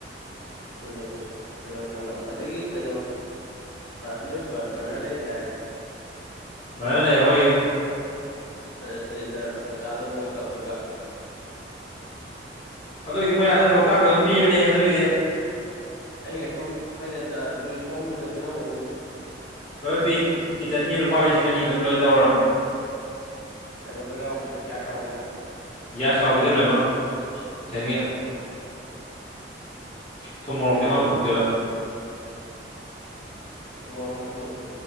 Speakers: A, on the left; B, on the left.
A: ꯑꯗꯨꯅꯦ ꯇꯤꯍꯧꯅ ꯑꯗꯒꯤ ꯀꯩꯅꯣ ꯅꯣꯏꯕ ꯕꯔꯅꯔ ꯂꯩꯔꯤꯗꯥꯏꯅꯦ
B: <unintelligible>
A: ꯑꯗ ꯁꯤꯂꯤꯟꯗꯔ ꯃꯆꯥꯗꯨꯃꯒ ꯇꯧꯔꯒ
B: ꯑꯗꯨꯑꯣꯏꯗꯤ ꯃꯣꯏ ꯑꯗꯅ ꯂꯣꯛꯇꯥꯛꯇ ꯑꯗꯨꯝ ꯄꯤꯕꯅꯦ ꯑꯗꯨꯑꯣꯏꯗꯤ
A: ꯑꯩꯅ ꯂꯦꯛꯐꯥꯝ ꯑꯩꯈꯣꯏꯅ ꯇꯨꯔꯤꯁ ꯍꯣꯝꯗꯨꯗ ꯄꯤꯔꯝꯒꯅꯤꯅꯦ
B: ꯂꯣꯏ ꯄꯤꯛ ꯀꯤꯠꯆꯟꯒꯤ ꯂꯨꯄꯥ ꯂꯤꯁꯤꯡ ꯑꯅꯤ ꯑꯗꯨꯝ ꯂꯣꯏ ꯂꯧꯔꯝꯃꯦ
A: ꯀꯩꯅꯣ ꯂꯣ ꯌꯥꯎꯕꯤꯗ ꯒ꯭ꯌꯥꯁ ꯌꯥꯎꯕꯤꯗ
B: ꯒ꯭ꯌꯥꯁ ꯍꯥꯎꯕꯤꯗ ꯂꯣꯏꯅꯃꯛ ꯆꯟꯒ
A: ꯑꯣ
B: ꯊꯨꯝ ꯃꯣꯔꯣꯛꯇꯤ ꯑꯈꯣꯏꯅ ꯄꯨꯊꯣꯛꯇꯦꯕ
A: ꯃꯣꯔꯣꯡ ꯑꯃꯁꯆꯨ